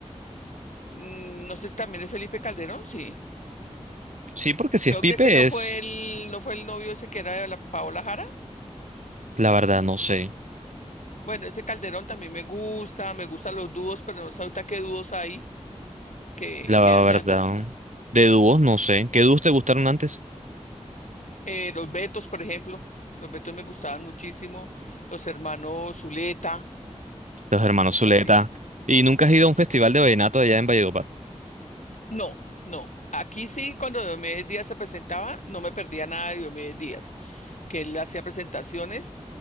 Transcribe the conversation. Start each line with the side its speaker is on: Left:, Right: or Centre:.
Left: Mm, No sé si también es Felipe Calderón, sí.
Right: Sí, porque si
Left: Creo
Right: es Pipe
Left: que ese no fue
Right: es,
Left: el, no fue el novio ese que era de la Paola Jara.
Right: la verdad, no sé.
Left: Bueno, ese Calderón también me gusta, me gustan los dúos, pero no sé ahorita qué dúos hay que,
Right: La
Left: que hayan.
Right: verdad.
Left: as-
Right: De dúos, no sé. ¿Qué dúos te gustaron antes?
Left: eh, los Betos, por ejemplo. Los Betos me gustaban muchísimo. Los hermanos Zuleta,
Right: Los hermanos
Left: me
Right: Zuleta.
Left: fascina.
Right: ¿Y nunca has ido a un festival de vallenato allá en Valledupar?
Left: No, no. Aquí sí, cuando Diomedes Díaz se presentaba, no me perdía nada de Diomedes Díaz, que él hacía presentaciones,